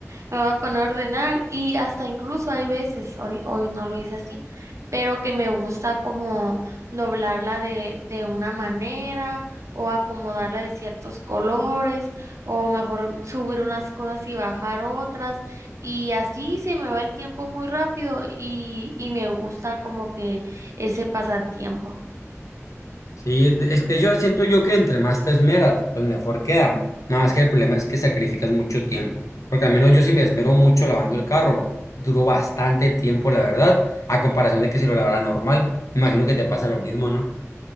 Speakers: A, on the right; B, on the left.
A: me voy a poner a ordenar y hasta incluso hay veces, hoy, hoy no lo hice así, pero que me gusta como doblarla de, de una manera o acomodarla de ciertos colores o mejor subir unas cosas y bajar otras y así se me va el tiempo muy rápido y, y me gusta como que ese pasatiempo.
B: Sí, de- este, yo siento yo que entre más te esmeras, pues mejor queda. Nada más que el problema es que sacrificas mucho tiempo. Porque al menos yo sí me esmero mucho lavando el carro. Duró bastante tiempo, la verdad, a comparación de que si lo lavara normal. Me Imagino que te pasa lo mismo, ¿no?